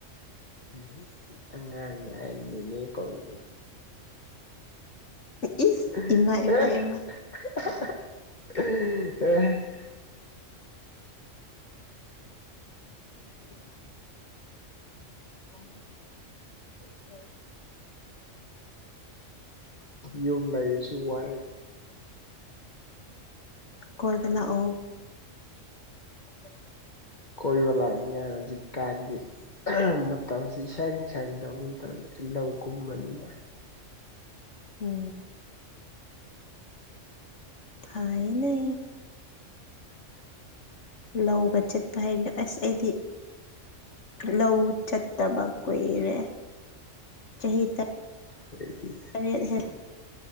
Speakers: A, on the left (about 35°); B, on the left (about 65°).
A: ꯎꯝ ꯑꯉꯥꯡ ꯍꯥꯏꯗꯨꯅꯦ ꯀꯣꯦ
B: ꯏꯁ
A: ꯑꯦ
B: ꯏꯃꯥ ꯏꯃꯥ ꯏꯃꯥ
A: ꯑ
B: ꯁꯤ ꯁꯤꯣ
A: ꯌꯨꯝ ꯂꯩꯔꯁꯨ ꯋꯥꯏ
B: ꯀꯣꯏꯕꯂꯥꯛꯑꯣ ꯑꯠꯇ
A: ꯀꯣꯏꯕ ꯂꯥꯛꯅꯤꯡꯉꯥꯏ ꯍꯧꯖꯤꯛꯀꯥꯟꯗꯤ ꯃꯇꯝꯁꯤ ꯏꯁꯪ ꯁꯪꯗꯧꯒꯨꯝ ꯇꯧꯋꯤ ꯂꯧ ꯀꯨꯝꯕꯅꯤꯅ
B: ꯎꯝ ꯐꯥꯏꯅꯦ ꯂꯧꯒ ꯆꯠꯄ ꯍꯥꯏꯅ ꯑꯁ ꯑꯩꯗꯤ ꯂꯧ ꯆꯠꯇꯕ ꯀꯨꯏꯔꯦ ꯆꯍꯤ ꯇ
A: ꯈꯣꯏꯗꯤ
B: ꯇꯔꯦꯠ ꯍꯦ